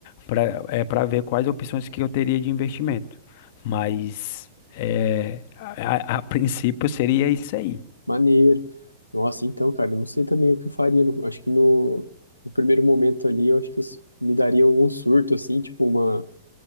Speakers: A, on the left; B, on the left.
A: para é, para ver quais opções que eu teria de investimento. Mas. É, a, a- a princípio seria isso aí.
B: Maneiro. Nossa, então, cara, eu não sei também o que eu faria. no- Acho que no, no primeiro momento ali, eu acho que eu s- me daria algum surto, assim, tipo uma,